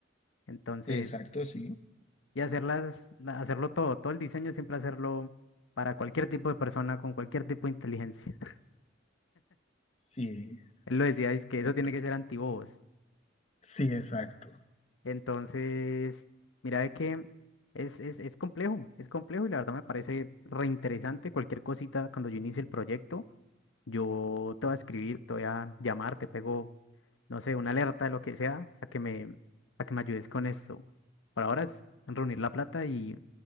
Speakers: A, on the left; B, on the left.
A: Entonces,
B: Exacto, sí,
A: y hacerlas, la- hacerlo todo, todo el diseño siempre hacerlo para cualquier tipo de persona, con cualquier tipo de inteligencia. <laughs>
B: sí,
A: Él lo decía, es que eso
B: et-
A: tiene que ser antibobos.
B: sí, exacto.
A: Entonces, mira de que es, es, es complejo, es complejo y la verdad me parece reinteresante cualquier cosita cuando yo inicie el proyecto. Yo te voy a escribir, te voy a llamar, te pego, no sé, una alerta de lo que sea, a que me, a que me ayudes con esto. Por ahora es reunir la plata y,